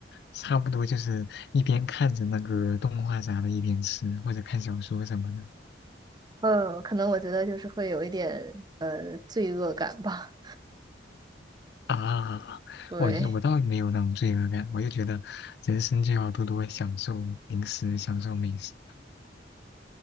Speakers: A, on the left (about 60°); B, on the right (about 25°).
A: 差不多就是一边看着那个动画啥的，一边吃或者看小说什么的。
B: 嗯，可能我觉得就是会有一点呃罪恶感吧。
A: 啊，
B: <laughs> 对。
A: 我就我倒没有那种罪恶感，我就觉得人生就要多多享受零食，享受美食。